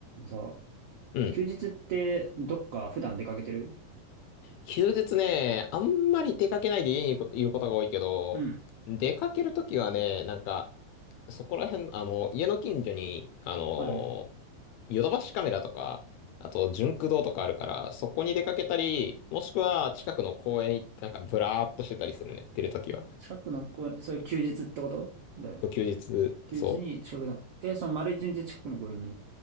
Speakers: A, on the right; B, on the left.
A: さ、
B: うん。
A: 休日ってどっか普段出かけてる
B: 休日ね、あんまり出かけないで家にいることが多いけど、
A: うん。
B: 出かけるときはね、なんか、そこら辺、あの、家の近所に、あの、
A: はいはい。
B: ヨドバシカメラとか、あと、ジ駆動とかあるから、そこに出かけたり、もしくは近くの公園行って、なんか、ブラーっとしてたりするね、出るときは。
A: 近くの公園、それ休日ってことだよね。
B: 休日、
A: 休日に近くの、
B: そ
A: え、その丸一日近くの公園に